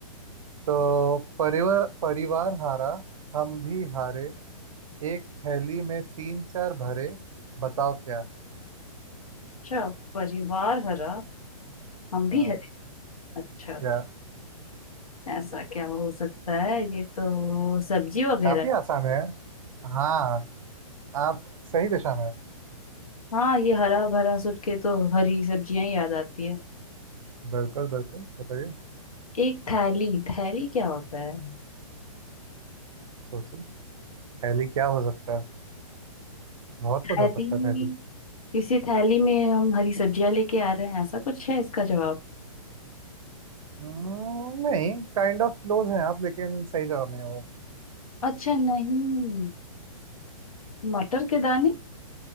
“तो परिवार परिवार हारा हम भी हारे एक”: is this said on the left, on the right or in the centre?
Right